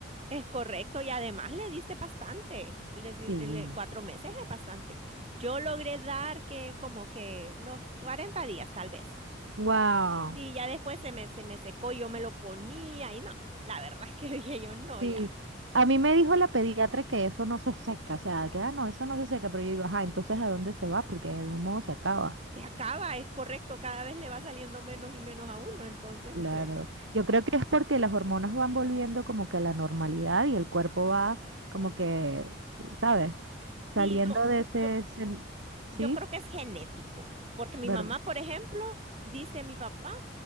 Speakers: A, on the right; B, on the right.
A: Es correcto, y además le diste bastante, le, si-
B: Sí.
A: le- cuatro meses es bastante. Yo logré dar que como que los 40 días tal vez.
B: Wow.
A: Y ya después se me, se me secó, yo me lo ponía y no, la verdad es que <laughs> dije yo no,
B: Sí,
A: ya,
B: a mí me dijo la pediatra que eso no se seca, o sea, que ah, no, eso no se seca, pero yo digo, ajá, entonces ¿a dónde se va? Porque de algún modo se acaba.
A: se acaba, es correcto, cada vez le va saliendo menos y menos a uno, entonces
B: Claro,
A: pues
B: yo creo que es porque las hormonas van volviendo como que a la normalidad y el cuerpo va como que, ¿sabes? Saliendo
A: sí, no,
B: de ese,
A: yo,
B: sen-
A: yo
B: ¿sí?
A: creo que es genético, porque mi
B: ¿Verdad?
A: mamá, por ejemplo, dice mi papá,